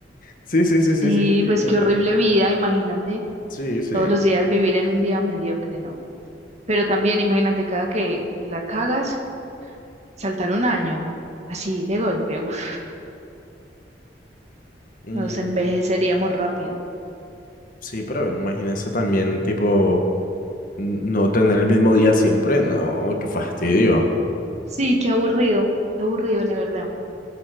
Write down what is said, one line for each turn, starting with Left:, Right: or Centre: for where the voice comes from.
Left: sí, sí, sí, sí,
Right: Sí,
Left: sí sí
Right: pues
Left: yo
Right: qué
Left: creo.
Right: horrible vida, imagínate
Left: sí sí
Right: todos los días vivir en un día mediocre, ¿no? Pero también imagínate cada que, que la cagas, saltar un año, así de golpe, uff,
Left: Mm,
Right: nos envejeceríamos rápido.
Left: sí yo creo pero imagínese también tipo No tener el mismo día siempre, no, qué fastidio.
Right: Sí, qué aburrido, qué aburrido, la verdad.